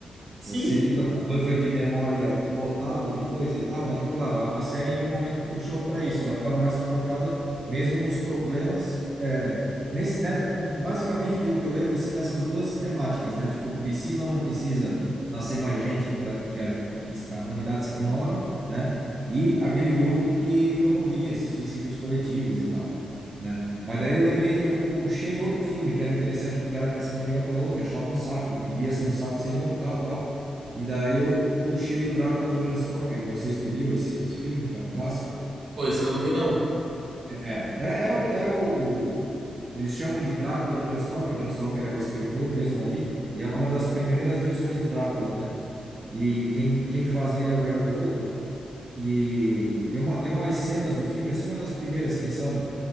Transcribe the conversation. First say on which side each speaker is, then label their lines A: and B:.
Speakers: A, on the right; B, on the right.
A: sim,
B: Você fica com o buffer de memória lotado de coisa e tal, né? E claro, a, a série em nenhum momento puxou para isso. Ela ficava mais focada mesmo nos problemas. é, nesse, né, basicamente, pelo que eu lembro, assim, nessas duas temáticas, né? Tipo, precisa ou não precisa nascer mais gente para que, a- que a humanidade se renove, né? E aquele grupo que promovia esses suicídios coletivos e tal. Né? Mas daí eu lembrei, de- eu puxei outro filme que era interessante, porque ela- essa minha amiga falou que achava um saco, que devia ser um saco ser imortal, tal. E daí eu puxei o Drácula de Bram Stoker. Não sei se tu viu esse, esse filme, que é um clássico.
A: Pô, esse eu não vi, não. <laughs>
B: É, é, é, o, é o, o- Eles chamam de Drácula de Bram Stoker. Bram Stoker é o escritor mesmo ali. E é uma das primeiras versões do Drácula, né? E quem, quem faz ele é o Gary Oldman. E tem uma, tem umas cenas do filme, assim, uma das primeiras, quem sabe,